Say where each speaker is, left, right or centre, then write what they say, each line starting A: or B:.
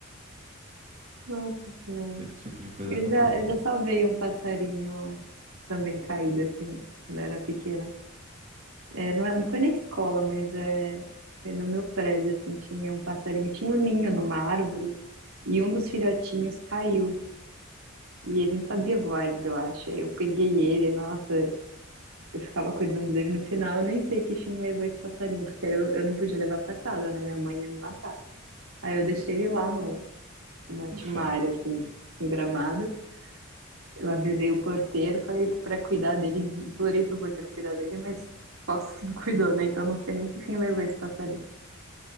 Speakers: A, on the right; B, on the right.
A: Nossa Senhora.
B: Esse tipo de coisa
A: Eu
B: aconteceu
A: já, eu já salvei um passarinho também caído, assim, quando eu era pequena. É, não, é- não foi na escola, mas é, foi no meu prédio, assim, tinha um passarinho, tinha um ninho numa árvore, e um dos
B: assim,
A: filhotinhos caiu. E ele não sabia voar ainda, eu acho. Aí eu peguei ele, nossa, eu ficava cuidando dele no final, eu nem sei que fim levou esse passarinho, porque aí eu, eu não podia levar pra casa, né? Minha mãe ia me matar. Aí eu deixei ele lá no, na
B: no
A: Timária,
B: chão.
A: assim, em Gramado. Eu avisei o porteiro, falei pra cuidar dele, implorei pro porteiro cuidar dele, mas posso que não cuidou, né? Então não sei nem que fim levou esse passarinho.